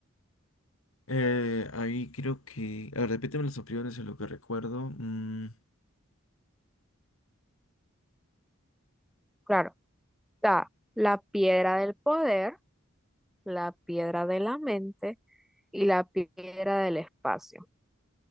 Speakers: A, on the left; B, in the centre.
A: Eh, ahí creo que... A ver, repíteme las opciones en lo que recuerdo. Mm,
B: Claro, está la piedra del poder, la piedra de la mente y la piedra del espacio.